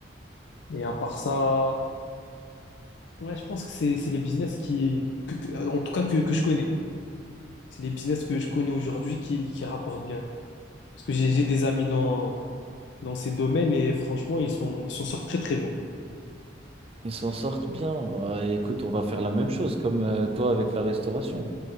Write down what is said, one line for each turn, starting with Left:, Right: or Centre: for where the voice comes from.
Left: Et à part ça, ouais, je pense que c'est, c'est les business qui, que- que- euh, en tout cas que, que je connais. C'est les business que je connais aujourd'hui qui, qui rapportent bien. Parce que j'ai j'ai des amis dans, dans ces domaines et franchement, ils sont, ils s'en sortent très très bien.
Right: Ils s'en sortent bien. Bah, écoute, on va faire la même chose comme euh, toi avec la restauration.